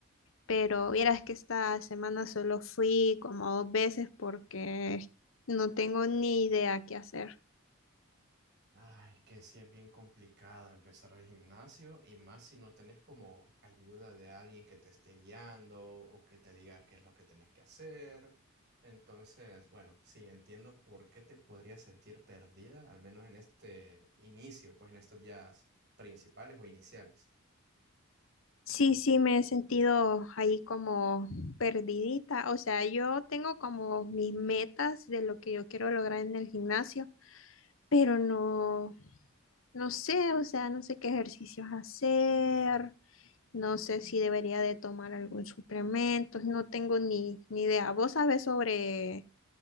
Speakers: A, on the left; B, on the right.
A: pero vieras que esta semana solo fui como dos veces porque no tengo ni idea qué hacer.
B: Ay, que sí es bien complicado empezar el gimnasio y más si no tenés como ayuda de alguien que te esté guiando o que te diga qué es lo que tenés que hacer. Entonces, bueno, sí, entiendo por qué te podrías sentir perdida, al menos en este inicio, pues en estos días principales o iniciales.
A: Sí, sí, me he sentido ahí como perdidita, o sea, yo tengo como mis metas de lo que yo quiero lograr en el gimnasio pero no, no sé, o sea, no sé qué ejercicios hacer, no sé si debería de tomar algún suplemento, no tengo ni, ni idea. ¿Vos sabés sobre,